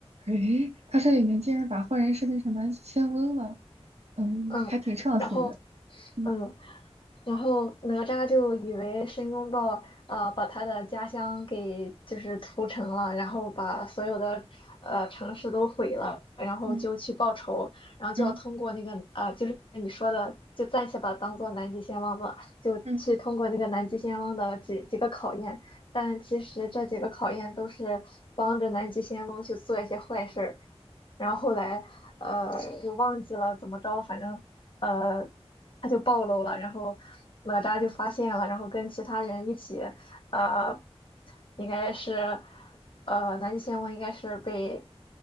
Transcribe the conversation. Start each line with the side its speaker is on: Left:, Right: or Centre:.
Right: 诶，他这里面竟然把坏人设定成南极仙翁了，嗯，
Left: 嗯，
Right: 还挺创新的。
Left: 然后。
Right: 嗯
Left: 嗯，然后哪吒就以为申公豹呃把他的家乡给就是屠城了，然后把所有的呃城市都毁了，然后就去报仇，
Right: 嗯
Left: 然后就要通过那个呃就是你说的，
Right: 嗯
Left: 就暂且把它当做南极仙翁吧，就去通过那个南极仙翁的几几个考验，
Right: 嗯。
Left: 但其实这几个考验都是帮着南极仙翁去做一些坏事儿，然后后来呃我忘记了怎么着，反正。呃。他就暴露了，然后哪吒就发现了，然后跟其他人一起，呃，应该是，呃，南极仙翁应该是被，